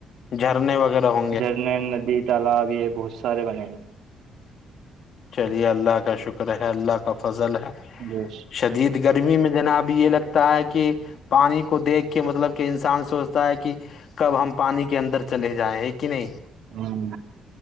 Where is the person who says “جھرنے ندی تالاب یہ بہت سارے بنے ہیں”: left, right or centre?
Right